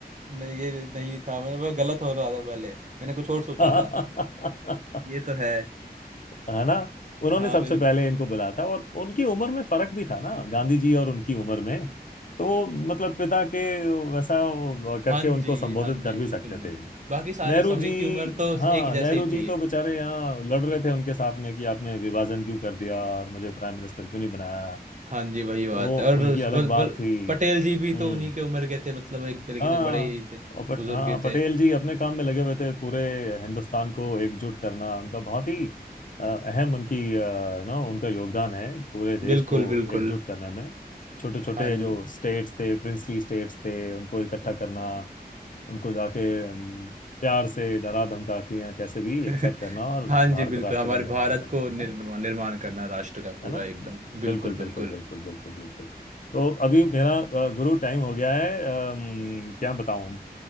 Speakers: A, on the right (about 45°); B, on the left (about 55°).
A: नहीं ये नहीं था मेरे को गलत हो रहा था पहले मैंने कुछ और सोचा
B: <laughs>
A: था ये
B: हाँ
A: तो है
B: है ना उन्होंने
A: हाँ
B: सबसे पहले इनको बुलाया था और उनकी उम्र में फर्क भी था ना गांधी जी और उनकी उम्र में तो वो मतलब पिता के वैसा वो करके
A: हाँ
B: उनको
A: जी
B: संबोधित
A: हाँ जी
B: कर भी
A: बिल्कुल
B: सकते
A: बिल्कुल
B: थे
A: बाकी सारे
B: नेहरू
A: सभी
B: जी
A: की उम्र तो
B: हाँ
A: एक जैसे
B: नेहरू
A: ही
B: जी
A: थी
B: तो बेचारे यहाँ लड़ रहे थे उनके साथ में कि आपने विभाजन क्यों कर दिया और मुझे प्राइम मिनिस्टर क्यों नहीं बनाया
A: हाँ जी वही बात
B: तो वो
A: है और
B: उनकी
A: उस
B: अलग
A: बल,
B: बात
A: बल,
B: थी
A: पटेल जी भी
B: हम्म
A: तो उन्हीं के उम्र के थे मतलब एक तरीके
B: हाँ
A: से बड़े ही थे
B: और पट
A: बुजुर्ग
B: हाँ
A: ही
B: पटेल
A: थे
B: जी अपने काम में लगे हुए थे पूरे हिंदुस्तान को एकजुट करना उनका बहुत ही अ, अहम उनकी यू नो उनका योगदान है पूरे देश
A: बिल्कुल
B: को
A: बिल्कुल
B: एकजुट करने में छोटे छोटे
A: हाँ जी
B: जो स्टेट्स थे प्रिंसली स्टेट्स थे उनको इकट्ठा करना उनको जाके अम, प्यार से डरा धमका के या कैसे भी
A: <laughs>
B: एक साथ करना और
A: हाँ
B: भारत
A: जी बिल्कुल
B: राष्ट्र
A: हमारे
B: का निर्माण
A: भारत
B: करना
A: को
B: है
A: निर्मा निर्माण करना राष्ट्र का पूरा
B: है ना
A: एकदम बिल्कुल
B: बिल्कुल बिल्कुल
A: बिल्कुल
B: बिल्कुल बिल्कुल बिल्कुल तो अभी मेरा अ, गुरु टाइम हो गया है अम, क्या बताऊं